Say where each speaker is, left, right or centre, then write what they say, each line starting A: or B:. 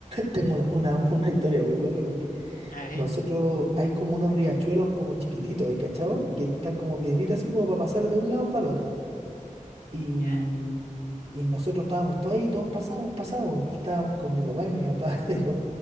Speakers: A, on the right; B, on the left.
A: Tengo una, una, <laughs> una historia muy buena y porque
B: A ver.
A: nosotros hay como unos riachuelos como chiquititos, ¿hay cachado? Y que están como piedritas así como para pasar de un lado para el otro. Y,
B: ¿Ya?
A: y nosotros estábamos todos ahí, todos pasábamos, pasábamos. Y estábamos con mi papá y mi papá <laughs> dijo,